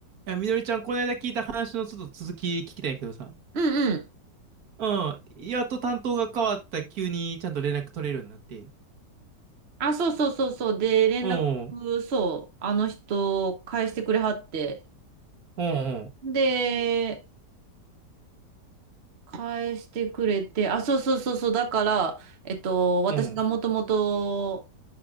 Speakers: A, on the right; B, on the right.
A: いや、みのりちゃん、この間聞いた話のちょっと続き聞きたいんやけどさ。
B: うんうん。
A: うん。やっと担当が変わった急にちゃんと連絡取れるようになって。
B: あ、そうそうそうそう。で、連絡、
A: うん。
B: そう、あの人、返してくれはって。
A: うん。
B: で、返してくれて、あ、そうそうそうそう。だから、えっと、私がもともと
A: うん。